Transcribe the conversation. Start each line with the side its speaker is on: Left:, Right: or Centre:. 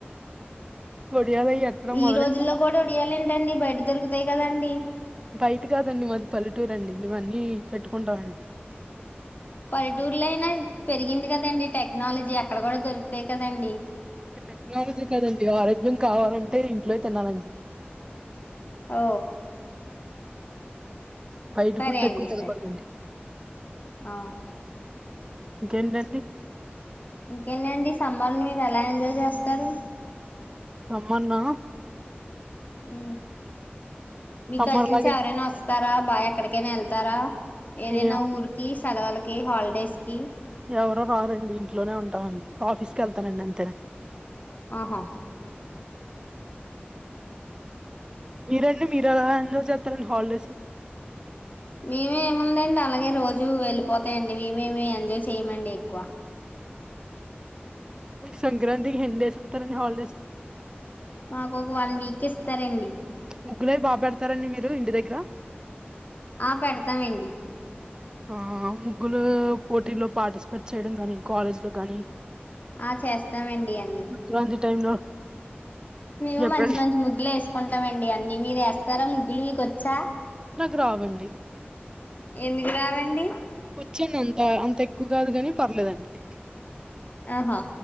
Right: ఒడియాలు అయి ఎట్టడం
Left: ఈ
Right: మొదలెట్టారా
Left: రోజుల్లో కూడా ఒడియాల్ ఏంటండి బయట దొరు అంతే కదండి
Right: బయట కాదండి మాది పల్లెటూరు అండి మేము అన్నీ పెట్టుకుంటామన్.
Left: పల్లెటూర్లోయినా పెరిగింది కదండి టెక్నాలజీ అక్కడ కూడా దొరుకుతాయి కదండి
Right: టెక్నాలజీ కదండి ఆరోగ్యం కావాలంటే ఇంట్లో యి తినాలండి
Left: ఓ
Right: బయట
Left: సరే
Right: ఫుడ్ ఎక్కువ
Left: అండి
Right: తినకూడదండి
Left: సరే ఆ
Right: ఇంకేంటండి
Left: ఇంకేంటండి సమ్మర్ని మీరు ఎలా ఎంజాయ్ చేస్తారు
Right: సమ్మర్ నా
Left: మ్ మీ
Right: సమ్మర్
Left: కజిన్స్
Right: లాగే
Left: ఎవరైనా వస్ స్తారా బా ఎక్కడికైనా వెళ్తారా ఏదైనా
Right: ఏమో
Left: ఊరుకి స్ సెలవులకి హాలిడేస్కి
Right: ఎవరూ రారండి ఇంట్లోనే ఉంటామండి ఆఫీస్కి వెళ్తానండి అంతేనే
Left: ఆహా
Right: మీరండి మీర్ ఎలా ఎంజాయ్ చేస్తారండి హాలిడేస్
Left: మీమే ఏముందండి అలాగే రోజు వెళ్ళిపోతాయంండి మేమేమి ఎంజాయ్ చేయ్యమండి ఎక్కువ
Right: మిక్ సంక్రాంతి కి ఎన్ని డేస్ ఇత్తరండి హాలిడేస్
Left: మాకు ఒక వన్ వీక్ ఇస్తారండి
Right: ముగ్గులవి బా పెడతారండి మీరు ఇంటి దగ్గర
Left: ఆ పెడతాంవండి
Right: ఆ ముగ్గులు పోటీలో పార్టిసిపేట్ చేయడం గానీ కాలేజ్ లో గానీ
Left: ఆ చేస్తామండి అన్నీ,
Right: ఇలాంటి టైమ్ లో
Left: మేము
Right: ఎప్పుడైనా
Left: మంచి మంచి ముగ్గులు వేసుకుంటామండి అన్నీ మీర్ ఏస్ తర ముగ్గులు మీక్ వచ్చా
Right: నాకు రావండి
Left: ఎందుకు రావండి
Right: వచ్చాను అంత అంత ఎక్కువ కాదు కాని పర్లేదండి
Left: ఆహా